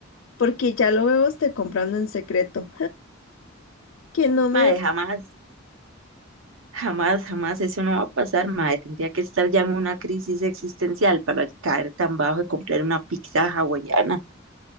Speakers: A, on the left; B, on the right.
A: Porque ya lo veo a usted comprando en secreto. <laughs> Que no me...
B: Mae, jamás. Jamás, jamás eso no va a pasar, madre. Tendría que estar ya en una crisis existencial para caer tan bajo y comprar una pizza hawaiana.